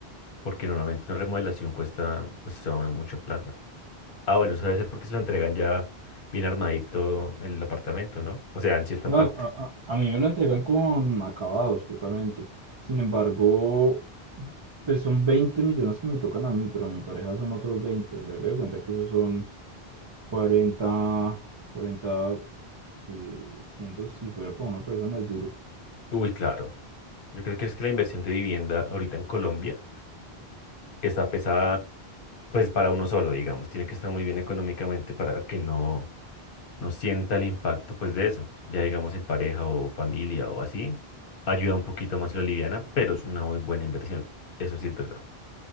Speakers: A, on the left; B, on the right.
A: porque normalmente una remodelación cuesta, pues, se va mucho plata. Ah, bueno, eso debe ser porque se lo entregan ya bien armadito en el apartamento, ¿no? O sea, en cierta
B: No,
A: parte.
B: a, a- a mí me lo entregan con acabados totalmente. Sin embargo, pues son 20 millones que me tocan a mí, pero a mi pareja son otros veinte O sea, me doy cuenta que esos son 40 40 que siento si fuera para una persona es duro.
A: Uy, claro. Yo creo que es que la inversión de vivienda ahorita en Colombia está pesada, pues para uno solo, digamos. Tiene que estar muy bien económicamente para que no, no sienta el impacto, pues de eso. Ya digamos en pareja o familia o así, ayuda un poquito más la liviana, pero es una muy buena inversión. Eso sí es verdad.